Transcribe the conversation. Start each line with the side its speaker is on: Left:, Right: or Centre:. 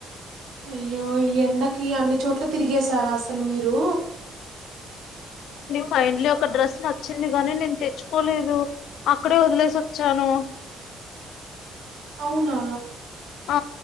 Right: అయ్యో ఈ ఎండకి అన్ని చోట్ల తిరిగేశారా అసలు మీరు
Left: ఫైన్లీ ఒక డ్రెస్ నచ్చింది గాని నేను తెచ్చుకోలేదు అక్కడే వదిలేసి వచ్చాను
Right: అవునా
Left: ఆ